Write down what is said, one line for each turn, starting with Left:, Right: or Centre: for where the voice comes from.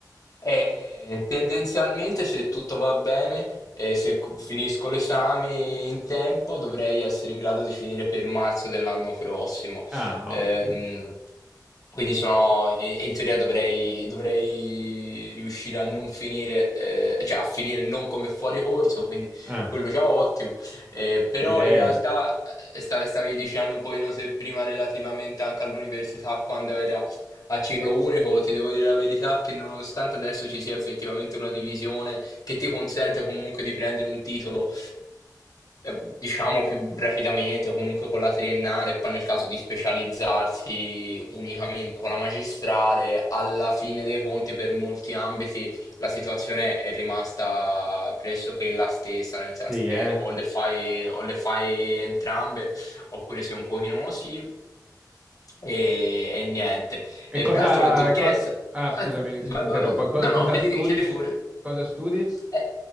Left: E tendenzialmente, se tutto va bene e se cu- finisco l'esame in tempo, dovrei essere in grado di finire per marzo dell'anno prossimo.
Right: Ah,
Left: Ehm,
Right: ottimo.
Left: quindi sono, in in teoria dovrei, dovrei riuscire a non finire, eh, cioè a finire non come fuori corso, quindi
Right: Eh,
Left: quello già ottimo. Eh, però
Right: direi,
Left: in realtà eh, sta- stavi dicendo un pochino se prima relativamente anche all'università, quando era a ciclo unico, ti devo dire la verità che nonostante adesso ci sia effettivamente una divisione che ti consente comunque di prendere un titolo eh, diciamo più rapidamente, comunque con la triennale, e poi nel caso di specializzarsi unicamente con la magistrale, alla fine dei conti per molti ambiti la situazione è rimasta pressoché la stessa, nel senso
Right: sì,
Left: che
Right: eh.
Left: o le fai, o le fai entrambe, oppure sei un pochino sì e, e niente.
Right: E
Left: E
Right: cosa...
Left: peraltro non ti ho chiesto...
Right: co- ah, scusami
Left: ah, vai,
Right: se ti interrompo.
Left: vai, vai.
Right: E co-
Left: No,
Right: cosa
Left: no, chiedi,
Right: studi?
Left: chiedi pure.
Right: Cosa studi?
Left: Eh,